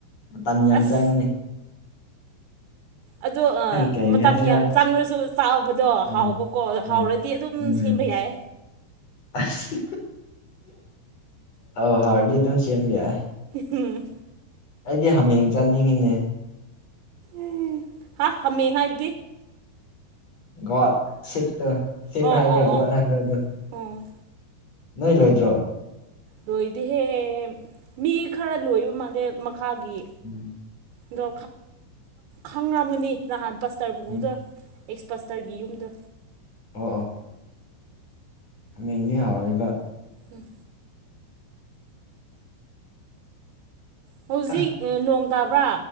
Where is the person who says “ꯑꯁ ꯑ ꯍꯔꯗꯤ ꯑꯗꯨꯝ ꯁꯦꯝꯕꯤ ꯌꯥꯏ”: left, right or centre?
Left